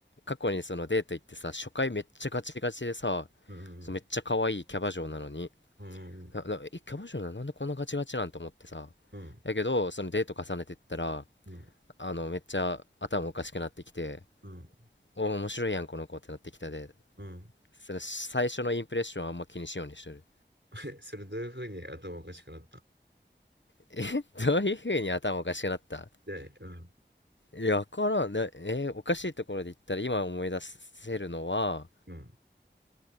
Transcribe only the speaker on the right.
うん。
うん。うん。
うん。
うん。
うん。
うん
えそれどういうふうに頭おかしくなった
で、うん。
うん。